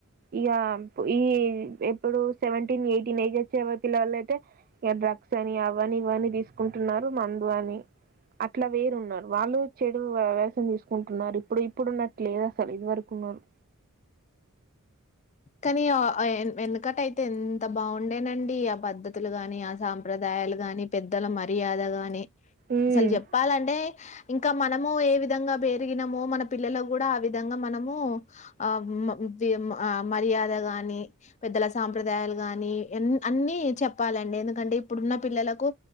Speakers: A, on the right; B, on the left.
A: ఇక ఈ ఎప్పుడు సెవెంటీన్ ఎయిటీన్ ఎయిజ్ వచ్చేవరి పిల్లవాల అయితే ఇక డ్రగ్స్ అని అవని ఇవని తీసుకుంటున్నారు మందు అని అట్లా వేరు ఉన్నారు వాళ్ళు చెడు వేసం తీసుకుంటున్నారు ఇప్పుడు ఇప్పుడున్నట్టు లేదు అసలు ఇది వరకు ఉన్నోరు
B: కానీ య ఆ ఎన్ వెనుకట అయితే ఎంత బాగుండేనండి ఆ పద్ధత్ భతులు గాని ఆ సాంప్రదాయాలు గాని పెద్దల మర్యాద గాని
A: ఉమ్
B: అసలు చెప్పాలంటే ఇంకా మనము ఏ విధంగా పెరిగినమో మనము పిల్లలకు కూడా ఆ విధంగా మనము అమ్మ ది అమ్మ ఆ మర్యాద గాని పెద్దల సాంప్రదాయాలు గాని ఎన్ అన్ని చెప్పాలండి ఎందుకంటే ఇప్పుడు ఉన్న పిల్లలకు